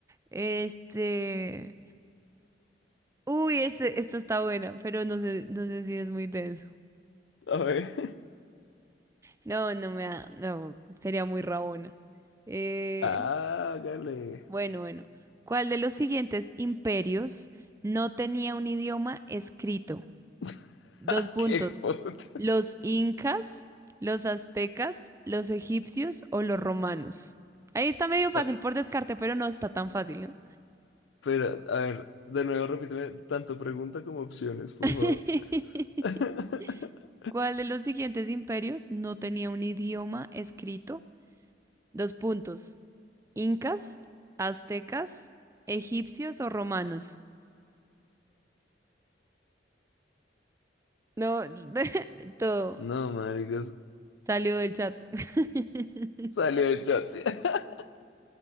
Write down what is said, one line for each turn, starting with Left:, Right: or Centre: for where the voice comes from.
Right: Este. Uy, este, esta está buena, pero no sé, no sé si es muy denso.
Left: A ver.
Right: No, no me da. No, sería muy rabona. Eh,
Left: <laughs> Hágale.
Right: bueno, bueno. ¿Cuál de los siguientes imperios no tenía un idioma escrito?
Left: <laughs>
Right: Dos puntos.
Left: Qué puta.
Right: ¿Los incas, los aztecas, los egipcios o los romanos? Ahí está medio fácil
Left: Ah,
Right: por descarte, pero no está tan fácil, ¿no?
Left: Espera, a ver, de nuevo repíteme tanto pregunta como opciones, por
Right: <laughs>
Left: favor. <laughs>
Right: ¿Cuál de los siguientes imperios no tenía un idioma escrito? Dos puntos. ¿Incas, aztecas, egipcios o romanos? No, <laughs> todo
Left: No, maricos,
Right: salió del chat. <laughs>
Left: salió del chat, sí. <laughs>